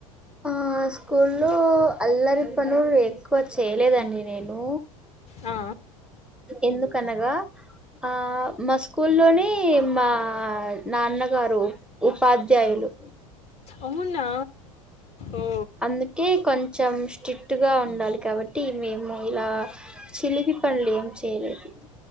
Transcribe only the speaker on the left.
ఆ,
అవున్నా ఓ